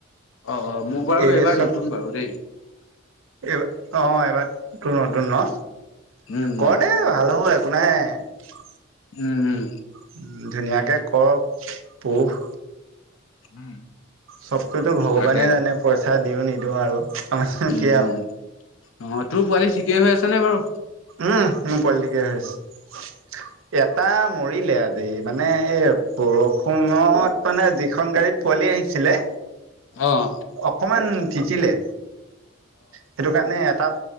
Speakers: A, on the left; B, on the right.
A: অ অ মোৰ বাৰু
B: এইব
A: এইবাৰ
B: চব
A: নতুন বাৰু দেই
B: এইব। অ এইবাৰ ত নতুন ন,
A: উম উম
B: কৰ দে ভাল হ'ব একো নাই।
A: উম উম।
B: উম ধুনীয়াকে কৰ পোহ
A: উম
B: চবকতো ভগৱানে
A: তাকে
B: জানে পইচা দিও নিদিওঁ আৰু আমাৰ
A: উম
B: কি।
A: উম অ তোৰ পোৱালি ঠিকেই হৈ আছে নে বাৰু
B: উম মোৰ পলিটিকে হৈছ। এটা মৰিলে আজি মানে এ বৰষুণত মানে যিখন গাড়ীত পোৱালি আহিছিলে
A: অ অ
B: অকমান তিতিলে সেইটো কাৰণে এটা